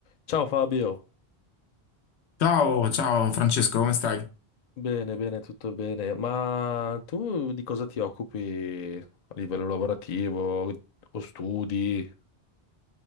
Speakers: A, on the left; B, on the left.
A: Ciao Fabio,
B: Ciao, ciao Francesco, come stai?
A: bene, bene, tutto bene. Ma tu di cosa ti occupi a livello lavorativo o studi?